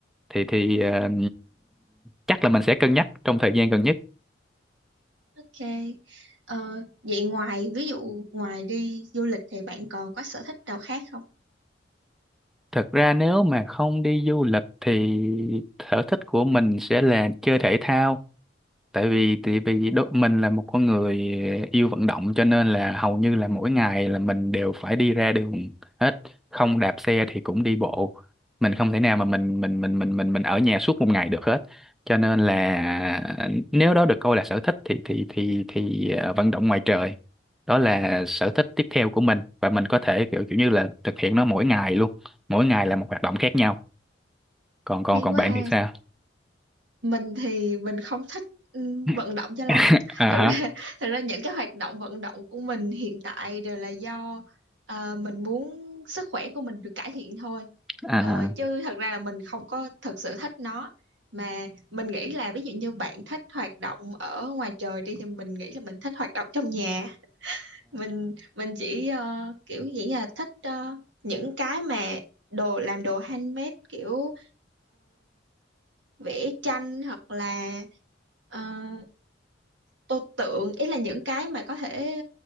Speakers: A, in the centre; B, on the right (about 80°).
A: thì thì ờ, chắc là mình sẽ cân nhắc trong thời gian gần nhất
B: ok Ờ, vậy ngoài ví dụ ngoài đi du lịch thì bạn còn có sở thích nào khác không
A: thật ra nếu mà không đi du lịch thì sở thích của mình sẽ là chơi thể thao tại vì tại vì đố- mình là một con người yêu vận động cho nên là hầu như là mỗi ngày là mình đều phải đi ra đường hết không đạp xe thì cũng đi bộ mình không thể nào mà mình mình mình mình mình mình ở nhà suốt một ngày được hết cho nên là nếu đó được coi là sở thích thì thì thì thì ờ, vận động ngoài trời đó là sở thích tiếp theo của mình và mình có thể kiểu kiểu như là thực hiện nó mỗi ngày luôn mỗi ngày là một hoạt động khác nhau còn còn
B: hay
A: còn
B: quá
A: bạn thì
B: ha
A: sao
B: mình thì mình không thích ừ,
A: <laughs>
B: vận động cho lắm
A: à
B: thật
A: hả
B: ra <laughs> thật ra những cái hoạt động vận động của mình hiện tại đều là do ờ, mình muốn sức khỏe của mình được cải thiện thôi
A: à
B: Ờ, chứ thật ra là mình không có thực sự thích nó mà mình nghĩ là ví dụ như bạn thích hoạt động ở ngoài trời đi thì mình nghĩ là mình thích hoạt động trong nhà mình mình chỉ ờ, kiểu nghĩ là thích ờ, những cái mà đồ làm đồ handmade kiểu vẽ tranh hoặc là ờ, tô tượng ý là những cái mà có thể